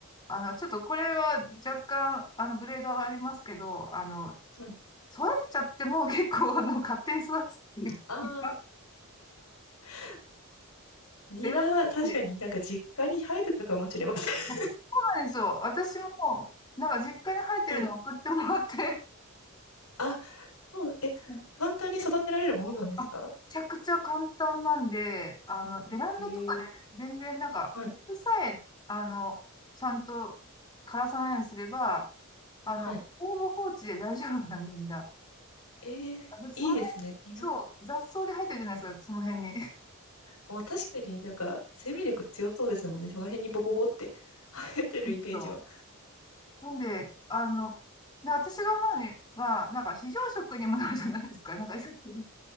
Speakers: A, on the left; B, on the left.
A: あの、ちょっとこれは若干、あの、グレード上がりますけど、あの、
B: うん。
A: 育てちゃってもう結構、あの、勝手に育つっていうか。
B: ああ、
A: <laughs>
B: 確かに
A: ベランダって、
B: ニラ、確かになんか実家に生えてたかもしれません。
A: そうなんですよ。私も、なんか実家に生えてるのを送ってもらって
B: <laughs> はい。あ、そう、え、
A: <laughs>
B: 簡単に育てられるものなんですか？
A: あめちゃくちゃ簡単なんで、あの、ベランダとかで全然なんか、
B: えーはい、
A: 水さえ、あの、ちゃんと枯らさないようにすれば、あの、
B: はい。
A: ほぼ放置で大丈夫なんで、みんな。
B: えーいいですね、
A: あだってその辺、
B: ニラか。
A: そう、雑草で生えてるじゃないですか、その辺に。
B: ま、確かになんか生命力強そうですもんね。その辺にボボボって生えてるイメージは。
A: <laughs> そう。なんで、
B: ええ、
A: あの、で私が思うには、なんか非常食にもなるじゃないですか。
B: うん。
A: なんか、<laughs> 野